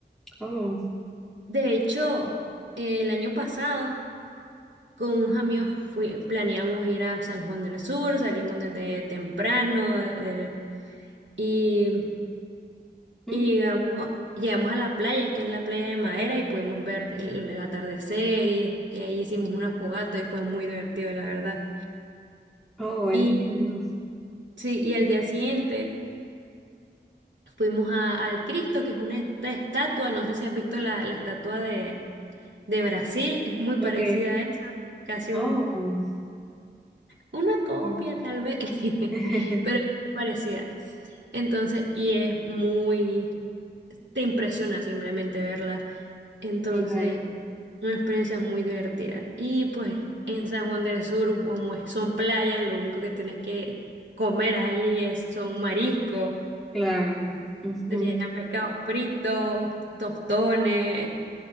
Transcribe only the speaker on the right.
De hecho, eh, el año pasado con unos amigos fui- planeamos ir a San Juan del Sur, salimos desde temprano de- de- y,
y llegamos, llegamos a la playa, que es la playa de Madera, y pudimos ver el, el atardecer y, y ahí hicimos una fogata y fue muy divertido, la verdad.
Y sí, y al día siguiente fuimos a- al Cristo, que es una est- estatua, no sé si has visto la, la estatua de, de Brasil, es muy
parecida a esa, casi
Una copia,
tal vez, <laughs>
pero parecida. Entonces, y es muy, te impresiona simplemente verla. Entonces,
una experiencia muy divertida. Y pues en San Juan del Sur, como es- son playas, lo único que tienes que comer ahí es, son mariscos,
serían pescados fritos, tostones.